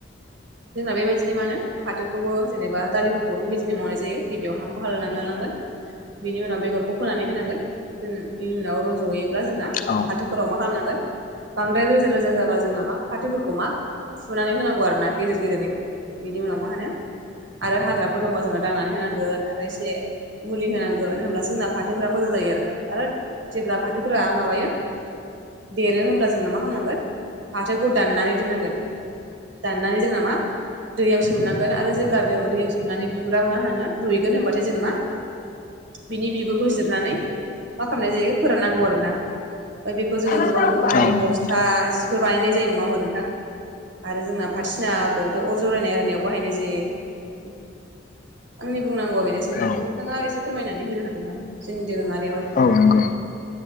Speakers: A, on the right (about 70°); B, on the left (about 40°).
A: जोंना बेबायदिनो मानो फाथोखौबो जेनेबा दालिफोरखौ बेबायदिनो मावनाय जायो गिबियाव हाखौ हालौनानै लानांगोन। बिनि उनाव बेगरखौ फोनानै होनांगोन। जों बिनि उनाव रज'हयोब्ला जोंना
B: औ
A: फाथोफोराव मा खालामनांगोन बांद्राय रोजा रोजा जाबा जों नामा फाथोफोरखौ मा फुनानै होनांगौ आरो ना गेजेर गेजेरनिखौ बिनि उनाव मा होनो आरो हाग्राफोर दंबा जोङो दांनानै होनांगोन आरो एसे मुलि होनांगोन होनब्लासो जोंना फाथोफोरा मोजां जायो आरोना आरो जेब्ला फाथोफोरा माबायो देरो होमब्ला जोंना मा खालामनांगोन फाथोखौ दाननानै दोननांगोन। दाननानै जोंना मा दैयाव सोमनांगोन आरोे जे ब्ला दैयाव सोमनानै बिबुरा मा होनो रुइगोन होनबाथाय जेनेबा बिनि बिगुरखौ जिरनानै मा खालामनाय जायो फोराननांगौ आर ना। ओमफ्राय बेखौ जोङो
B: औ
A: गोबां रोखोमनि
B: नंगौ
A: बस्था
B: नोंथां
A: जिफोर बानायनाय जायो। नङा होमबा नोंथां? आरो जोंना फाथिसिनाखौथ' अर जरायनाय आरिनायाव बाहायनाय जायो। <inaudible> आंनि बुंनांगौआ बेनोसै
B: औ
A: नोंथां नोंथाङा एसे फोरमायनानै होनो हागोन नामा जोंनि दोरोङारियाबा
B: औ नंगौ